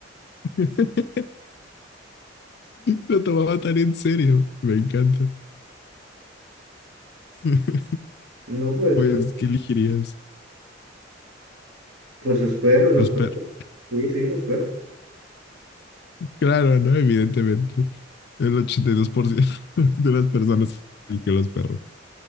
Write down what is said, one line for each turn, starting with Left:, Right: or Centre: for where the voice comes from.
Left: <laughs> Lo tomaba tan en serio. Me encanta. <laughs>
Right: No, pues,
Left: Pues,
Right: pues,
Left: ¿qué elegirías?
Right: pues los perros, los
Left: Los
Right: perros.
Left: perros.
Right: Sí, sí, los perros.
Left: Claro, ¿no? Evidentemente. El 82% <laughs> de las personas que los perros.